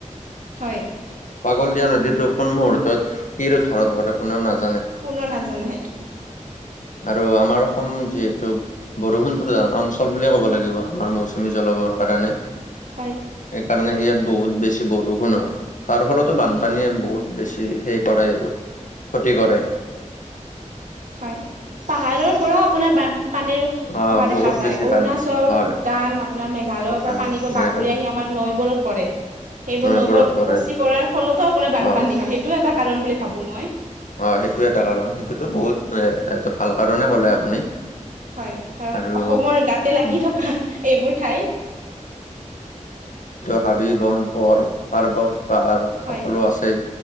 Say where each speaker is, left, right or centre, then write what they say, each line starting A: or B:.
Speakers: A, on the right; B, on the left.
A: হয়।
B: পাগল দিয়া নদীতো কোন মুহূৰ্তত কি ৰূপ ধাৰণ কৰে কোনেও নাজানে।
A: কোনেও নাজানে সেইটো।
B: আৰু আমাৰ অসম যিহেতু বৰষুণ প্ৰধান অঞ্চল বুলিয়ে ক'ব লাগিব আমাৰ মৌচুমী জলবায়ুৰ। কাৰণে,
A: হয়
B: সেইকাৰণে ইয়াত বহুত বেছি বৰষুণ হয় তাৰফলতো বানপানীয়ে বহুত বেছি সেই কৰে আৰু। ক্ষতি কৰে।
A: হয় পাহাৰৰ পৰা আপোনাৰ বা পানীৰ
B: অ
A: অহা দেখা
B: বহুত
A: যায়।
B: বেছি
A: অৰুণাচল,
B: পানী হয়
A: ভূটান, আপোনাৰ মেঘালয়ৰ,
B: উত্তৰ
A: পৰা পানীবোৰ
B: মেঘালয়
A: বাগৰি আহি আমাৰ নৈবোৰত পৰে সেইবোৰ
B: নৈবোৰত
A: নৈবোৰ উপচি
B: পৰে
A: পৰাৰ ফলতো আপোনাৰ বানপানী
B: অ
A: হয়, সেইটোও এটা কাৰণ বুলি ভাবোঁ মই।
B: অহ, সেইটোও এটা কাৰণ। সেইটোতো বহুত
A: হয়
B: ভাল কাৰণেই ক'লে আপুনি।
A: <inaudible> হয়। কাৰণ
B: আৰু
A: অসমৰ গাতে লাগি
B: উম
A: থকা এইবোৰ ঠাই।
B: হাবি-বন পৰ পাৰ্বত-পাহাৰ
A: হয়
B: সকলো আছে